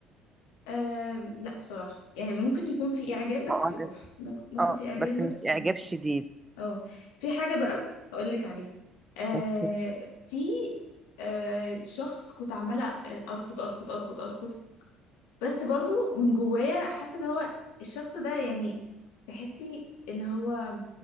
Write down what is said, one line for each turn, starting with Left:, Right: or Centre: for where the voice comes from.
Left: آم، لا بصراحة يعني ممكن يكون في إعجاب بس
Right: معجب
Left: بيروح م- ممكن
Right: اه
Left: في إعجاب
Right: بس
Left: بس
Right: مش
Left: بيروح
Right: اعجاب شديد
Left: اه في حاجة بقى هقول لك عليها آه
Right: اوكي
Left: في آه شخص كنت عمالة آه، أرفض أرفض أرفض أرفض بس برضو من جوايا حاسة اللي هو الشخص ده يعني تحسي ان هو